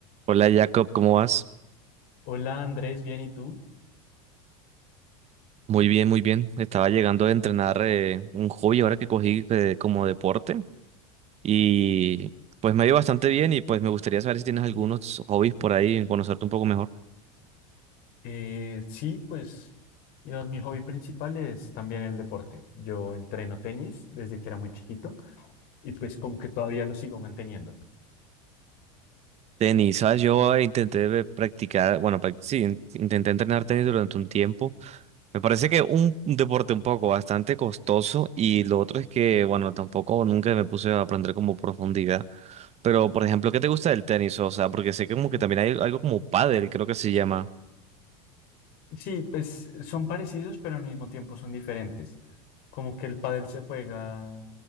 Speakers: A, on the right; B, on the left.
A: Hola Jacob, ¿cómo vas?
B: Hola Andrés, bien, ¿y tú?
A: Muy bien, muy bien. Estaba llegando a entrenar eh, un hobby ahora que cogí eh, como deporte y pues me ha ido bastante bien y pues me gustaría saber si tienes algunos hobbies por ahí y conocerte un poco mejor.
B: Eh, sí, pues digamos, mi hobby principal es también el deporte. Yo entreno tenis desde que era muy chiquito y pues como que todavía lo sigo manteniendo.
A: Tenis, ¿sabes? Yo eh, intenté eh, practicar, bueno, prac- sí, in- intenté entrenar tenis durante un tiempo. Me parece que un, un deporte un poco bastante costoso y lo otro es que, bueno, tampoco nunca me puse a aprender como profundidad. Pero, por ejemplo, ¿qué te gusta del tenis? O sea, porque sé que como que también hay algo como pádel, creo que se llama.
B: Sí, pues son parecidos, pero al mismo tiempo son diferentes. Como que el pádel se juega,